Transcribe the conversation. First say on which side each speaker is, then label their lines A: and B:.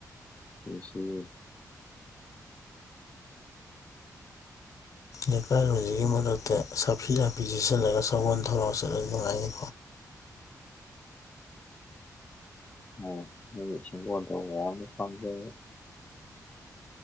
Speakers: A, on the left; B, on the left.
A: ꯅꯨꯡꯁꯤꯌꯦ
B: ꯌꯀꯥꯏꯔꯣꯟꯖꯤꯒꯤ ꯃꯔꯛꯇ ꯁꯥꯐꯤ ꯂꯥꯟꯐꯤ ꯁ‌ꯦꯁꯜꯂꯒ ꯁꯒꯣꯟ ꯊꯧꯔꯥ ꯆꯠꯂꯗꯤ ꯅꯨꯉꯥꯏꯅꯤ
A: ꯑ‌ꯣ ꯅꯣꯏ ꯁꯒꯣꯟ ꯊꯧꯕꯥ ꯌꯥꯝꯅ ꯄꯥꯝꯖꯩ